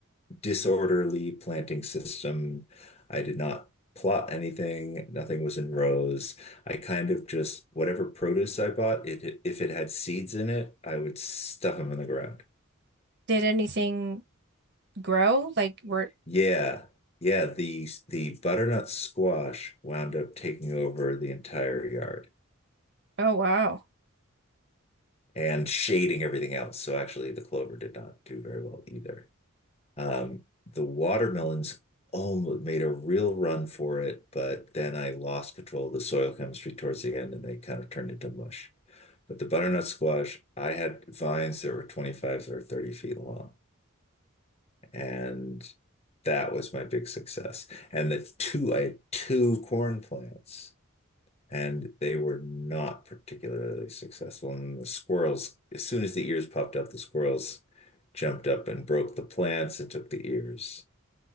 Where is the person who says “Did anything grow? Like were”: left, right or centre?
Right